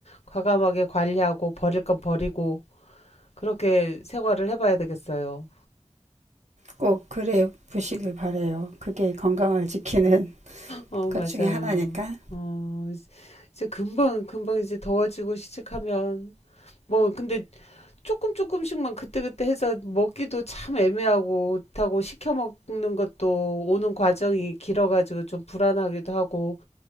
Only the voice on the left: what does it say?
과감하게 관리하고 버릴 건 버리고, 그렇게 생활을 해봐야 되겠어요.
어,
맞아요.
어, 이제 이제 금방, 금방 이제 더워지고 시작하면. 뭐, 근데 조금 조금씩만 그때그때 해서 먹기도 참 애매하고, 그렇다고 시켜 먹는 것도 오는 과정이 길어가지고 좀 불안하기도 하고,